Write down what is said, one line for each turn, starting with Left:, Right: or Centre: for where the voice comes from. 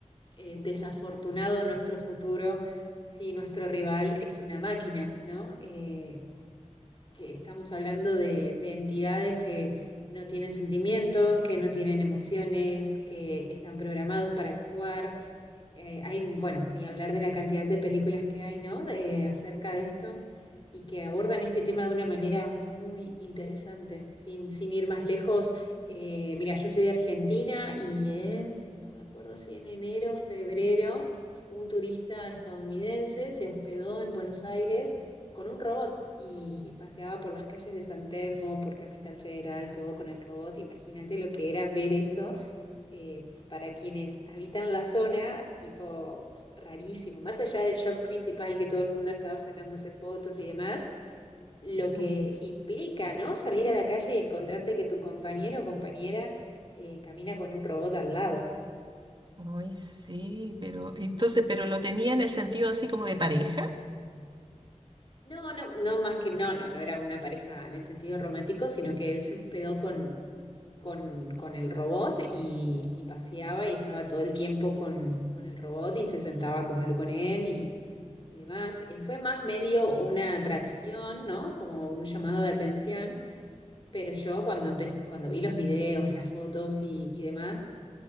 Left: eh, desafortunado nuestro futuro si nuestro rival es una máquina, ¿no? Eh, que estamos hablando de, de entidades que no tienen sentimientos, que no tienen emociones, que están programados para actuar. Eh, hay, bueno, ni hablar de la cantidad de películas que hay, ¿no? De- acerca de esto y que abordan este tema de una manera muy interesante, sin, sin ir más lejos. Eh, mira, yo soy de Argentina y en, no me acuerdo si en enero, febrero, un turista estadounidense se hospedó en Buenos Aires con un robot y paseaba por las calles de San Telmo, por Capital Federal, todo con el robot. Imagínate lo que era ver eso eh, para quienes habitan la zona, tipo rarísimo. Más allá del shock principal que todo el mundo estaba sacándose fotos y demás, lo que
Right: Mm.
Left: implica, ¿no? Salir a la calle y encontrarte que tu compañero o compañera eh, camina con un robot al lado.
Right: Ay, sí, pero entonces, pero lo tenía en el sentido así como de pareja.
Left: No, no, no, más que no, no, no era una pareja en el sentido romántico, sino que él se hospedó con, con, con el robot y, y paseaba y estaba todo el tiempo con, con el robot y se sentaba a comer con él y, y demás. Eh, fue más medio una atracción, ¿no? Como un llamado de atención, pero yo cuando empe- cuando vi los videos, las fotos y, y demás,